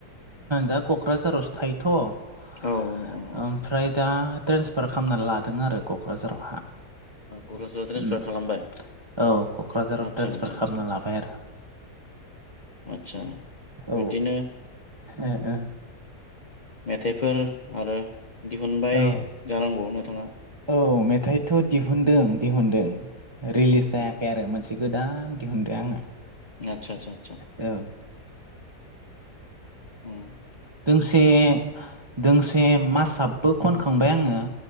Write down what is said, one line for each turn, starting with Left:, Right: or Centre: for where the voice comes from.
Right: दा क'क्राझारावसो थायोथ'
Left: औ औ
Right: ओमफ्राय दा ट्रेन्सफार खामना लादों आरो क'क्राझारावहा
Left: क'क्राझाराव ट्रेन्सफार
Right: उम
Left: खालामबाय
Right: औ क'क्राझाराव
Left: आदसा
Right: ट्रेन्सफार
Left: आदसा आदसा
Right: खालामना लाबाय आरो।
Left: आतसा बिदिनो
Right: औ ओ ओ
Left: मेथाइफोर आरो दिहुनबाय
Right: ओ
Left: जानांगौ नोंथाङा
Right: औ मेथाइथ' दिहुनदों दिहुनदों रिलिस जायाखै
Left: उम
Right: आरो मोनसे गोदान दिहुनदो आंङो
Left: आतसा आतसा आतसा
Right: औ
Left: ओम
Right: दोंसे दोंसे मासाबबो खनखांबाय आङो